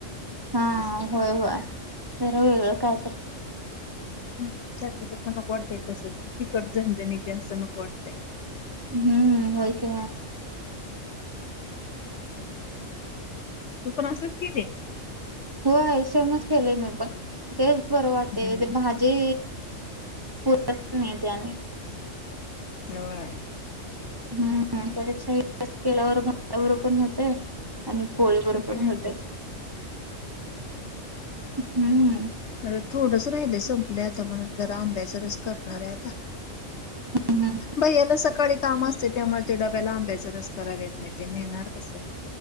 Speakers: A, on the right (about 15°); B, on the left (about 60°).
A: हा
B: तसलं केलं
A: होय होय जरा वेगळं कायतर
B: हुं सारखं सारखं नको वाटताय तसंच तिकट झणझणीत जास्त नको वाटतय
A: हम्म होय की
B: तू पण असंच केले?
A: होय सेमच केलंय मी पण ते बरं वाटतय
B: हम्म
A: ते भाजी पुरत नाही ते आनी
B: होय
A: हम्म त्यापेक्षा हे केल्यावर भाता बरोबर पण होतय आणि पोळी बरोबर
B: हम्म
A: पण होतय हुं
B: माझं थोडस राहिलय संपलंय आता म्हणून जर आंब्याच रस करणार आहे आता
A: हम्म
B: भैय्याला सकाळी काम असतय त्यामुळे ते डब्याला आंब्याचा रस करायला येत नाही ते नेणार कसं